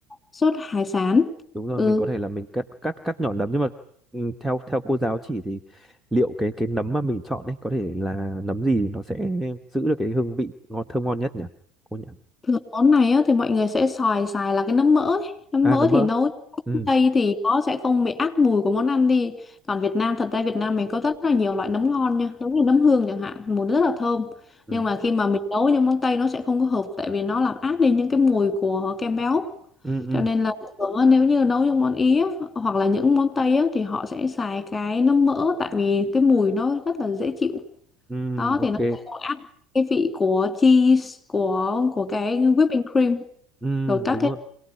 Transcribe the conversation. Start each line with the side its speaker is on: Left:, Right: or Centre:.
Left: sốt hải sản
Centre: đúng rồi
Left: ừ
Centre: mình có thể là mình cắt cắt cắt nhỏ nấm nhưng mà ừ, theo theo cô giáo chỉ thì liệu cái cái nấm mà mình chọn ấy có thể là nấm gì nó sẽ giữ được cái hương vị ngon thơm ngon nhất nhỉ cô nhỉ
Left: Rồi món này á, thì mọi người sẽ xài xài là cái nấm mỡ ấy. Nấm
Centre: à
Left: mỡ
Centre: nấm mỡ
Left: thì nấu
Centre: ừ
Left: Tây thì nó sẽ không bị át mùi của món ăn đi. Còn Việt Nam thật ra Việt Nam mình có rất là nhiều loại nấm ngon nha, giống như nấm hương chẳng hạn, mùi nó rất là thơm.
Centre: ừ
Left: Nhưng mà khi mà mình nấu những món Tây nó sẽ không có hợp tại vì nó làm át đi những cái mùi của kem béo.
Centre: ừ ừ,
Left: Cho nên là thường á, nếu như nấu những món Ý á, hoặc là những món Tây á, thì họ sẽ xài cái nấm mỡ tại vì cái mùi nó rất là dễ chịu
Centre: ừ
Left: đó
Centre: ok
Left: thì nó sẽ có áp cái vị của cheese của của cái whipping cream
Centre: ừ
Left: rồi các
Centre: đúng
Left: cái
Centre: rồi